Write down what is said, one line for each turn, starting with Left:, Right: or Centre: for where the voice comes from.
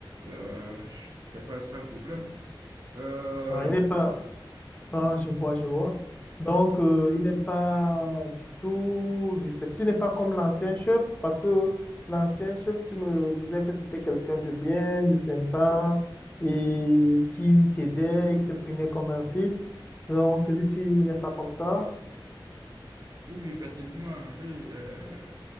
Right: euh, je- c'était pas ça le problème. Euh,
Left: Ah, il n'est pas... Ah,
Right: oui.
Left: je vois, je vois. Donc, euh, il n'est pas du tout réceptif, il n'est pas comme l'ancien chef, parce que l'ancien chef, tu me disais que c'était quelqu'un de bien, de sympa, et qui t'aidait, il te prenait comme un fils. Non, celui-ci n'est pas comme ça.
Right: Oui, effectivement, oui. euh,